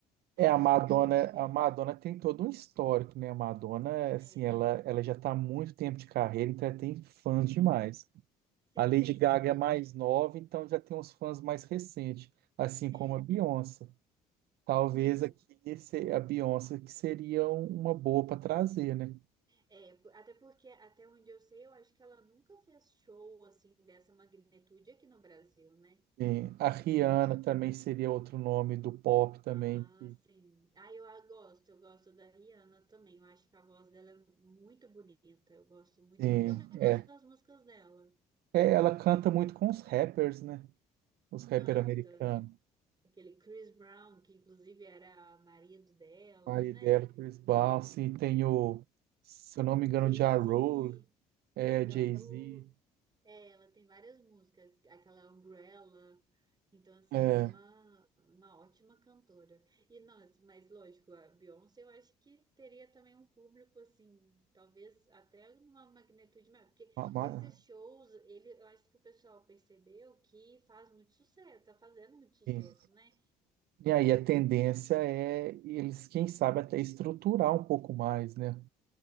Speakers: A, on the right; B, on the right.
A: É, a
B: pelo
A: Madonna,
B: que eu vi,
A: a Madonna tem todo um histórico, né? A Madonna, assim,
B: é,
A: ela, ela já está há muito tempo de carreira, então ela tem fãs demais.
B: sim,
A: A Lady Sim. Gaga
B: ao
A: é mais nova, então já tem uns fãs mais recentes, assim
B: É,
A: como a Beyoncé. Talvez
B: sim.
A: aqui esse- a Beyoncé que seria um, uma boa para trazer, né?
B: É, po- até porque, até onde eu sei, eu acho que ela nunca fez show assim dessa magnitude aqui no Brasil, né?
A: Sim. A Rihanna
B: Então,
A: também seria outro nome do pop também.
B: ah,
A: Que,
B: sim. Ah, eu a gosto, eu gosto da Rihanna também. Eu acho que a voz dela é muito bonita. Eu gosto muito.
A: sim,
B: E também gosto
A: é.
B: das músicas dela.
A: É, ela canta muito com os rappers, né? Os rappers
B: Canta.
A: americanos.
B: Aquele Chris Brown, que inclusive era marido dela,
A: Aí
B: né?
A: dela, Chris Bosh, tem o, se eu não me engano,
B: Jay-Z,
A: Ja Rule, é,
B: Ja
A: Jay-Z.
B: Rule. É, ela tem várias músicas, aquela Umbrella. Então, assim,
A: É,
B: ela é uma, uma ótima cantora. E nós, mas lógico, a Beyoncé eu acho que teria também um público, assim, talvez até uma magnitude maior. Porque
A: ma- ma-
B: esses shows, ele, eu acho que o pessoal percebeu que faz muito sucesso, tá fazendo muito sucesso,
A: enfim.
B: né?
A: e aí a tendência é eles, quem sabe, até estruturar um pouco mais, né?